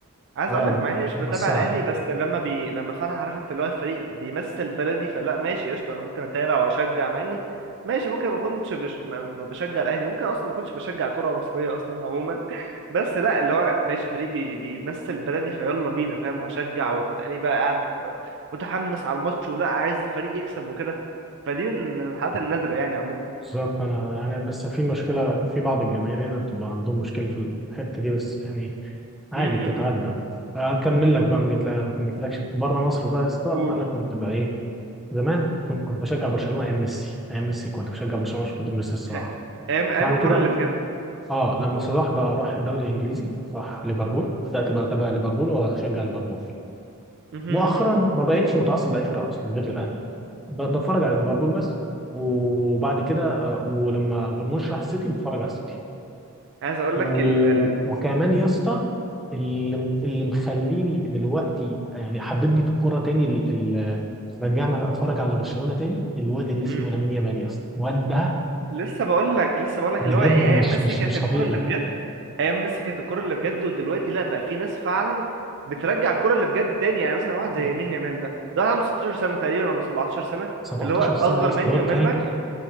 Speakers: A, on the right; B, in the centre.
A: عايز
B: اه
A: اقول لك مع اني مش
B: موسعة
A: بتابع الاهلي بس لما بي لما فعلا عارف انت اللي هو الفريق بيمثل بلدي فلا ماشي قشطه انا ممكن اتابع واشجع مع اني ماشي ممكن ما اكونش بش... ما ما بشجع الاهلي ممكن اصلا ما اكونش بشجع كره مصريه اصلا عموما <laughs> بس لا اللي هو ماشي فريق بي... بيمثل بلدي فيلا بينا فاهم واشجع وتلقاني بقى قاعد ب- متحمس على الماتش ولا عايز الفريق يكسب وكده فدي من من الحالات النادره يعني عموما
B: بالظبط أنا يعني بس في مشكلة في بعض الجماهير هنا بتبقى عندهم مشكلة في الحتة دي بس يعني عادي
A: امم
B: بتتعدى أكمل
A: امم
B: لك بقى ما جيت ما كملتلكش بره مصر بقى يا اسطى
A: قول
B: أنا كنت بقى إيه زمان كنت كنت بشجع برشلونة أيام ميسي أيام ميسي كنت بشجع برشلونة عشان خاطر ميسي الصراحة
A: <laughs> ايام ايام
B: بعد
A: الكره
B: كده
A: اللي بجد
B: اه لما صلاح بقى راح الدوري الانجليزي راح ليفربول بدات بقى اتابع ليفربول واشجع ليفربول
A: <laughs> م- م-
B: مؤخرا
A: م.
B: ما بقتش متعصب لاي فرقه اصلا غير الاهلي ب- بتفرج على ليفربول بس وبعد كده آه، ولما مرموش راح السيتي بتفرج على السيتي
A: عايز اقول
B: و...
A: لك ال...
B: وكمان يا اسطى اللي اللي مخليني دلوقتي آه، يعني حببني في الكوره تاني ال... ال... رجعنا اتفرج على برشلونه تاني الواد اللي اسمه
A: امم
B: لامين يامال يا اسطى الواد ده
A: لسه بقول لك لسه بقول لك
B: بجد
A: اللي هو ايه
B: مش
A: ايام ميسي
B: مش
A: كانت
B: مش
A: الكرة
B: طبيعي
A: اللي بجد ايام ميسي كانت الكرة اللي بجد ودلوقتي لا بقى في ناس فعلا بترجع الكرة اللي بجد تاني يعني مثلا واحد زي
B: يا-
A: يمين يامال ده ده واحد عنده 16 سنة تقريبا ولا 17 سنة
B: 17
A: اللي هو
B: سنه
A: اصغر
B: يا اسطى
A: مني
B: واد
A: ومنك
B: فاجر